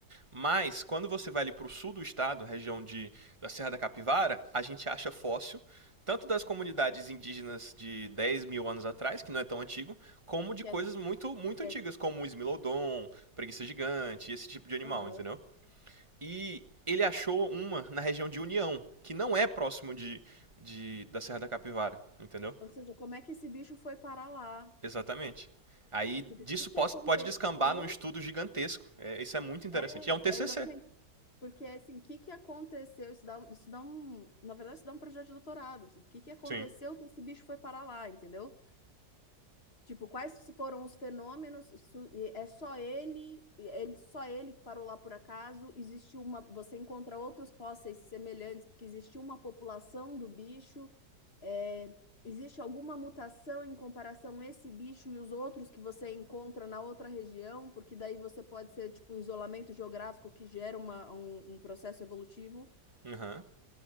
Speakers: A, on the right; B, on the left.
A: Mas quando você vai ali para o sul do estado, região de, da Serra da Capivara, a gente acha fóssil tanto das comunidades indígenas de dez mil anos atrás, que não é tão antigo, como de
B: Que
A: coisas
B: é, que
A: muito muito antigas,
B: é-
A: como o Smilodon, preguiça gigante, esse tipo de animal,
B: aham.
A: entendeu? E ele achou uma na região de União, que não é próximo de, de da Serra da Capivara, entendeu?
B: Ou seja, como é que esse bicho foi parar lá?
A: Exatamente. Aí
B: Tipo,
A: disso
B: o que que
A: pode,
B: aconteceu?
A: pode descambar num estudo gigantesco. É, isso é muito interessante.
B: É,
A: E é um TCC.
B: é exatamente. Porque, assim, o que que aconteceu? Isso dá, um- isso dá um... Na verdade, isso dá um projeto de doutorado. Tipo, O que que aconteceu
A: Sim.
B: que esse bicho foi parar lá, entendeu? Tipo, quais foram os fenômenos? Su- e É só ele, e é ele, só ele que parou lá por acaso? Existiu uma... Você encontra outros fósseis semelhantes, porque existiu uma população do bicho? É, existe alguma mutação em comparação a esse bicho e os outros que você encontra na outra região? Porque daí você pode ser tipo um isolamento geográfico que gera uma- um, um processo evolutivo.
A: Aham. Uhum.